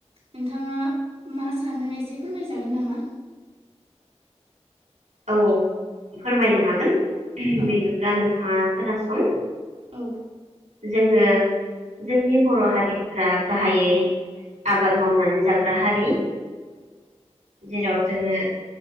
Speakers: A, on the right; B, on the right.
A: नोंथाङा मा सानो एसे फोरमायजागोन नामा।
B: औ। फोरमायनो हागोन
A: औ
B: बिदिब्ला नोंथाङा। खोनासं।
A: औ।
B: जोङो जोंनि बर' हारिफ्रा गाहायै आबाद मावनानै जाग्रा हारि जेराव जोङो